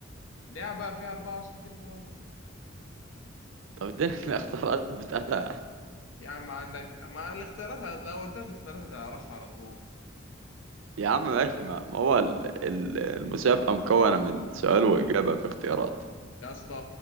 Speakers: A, on the left; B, on the right.
A: لعبة فيها أربعة وستين مربع
B: طب اديني <laughs> الاختيارات بتاعتها
A: يا عم عندك ما الاختيارات هت- لو قلت لك الاختيارات هتعرفها على طول
B: يا عم ماشي ما ما هو ال- ال- المسابقة مكونة من سؤال وإجابة في اختيارات
A: يا اسطى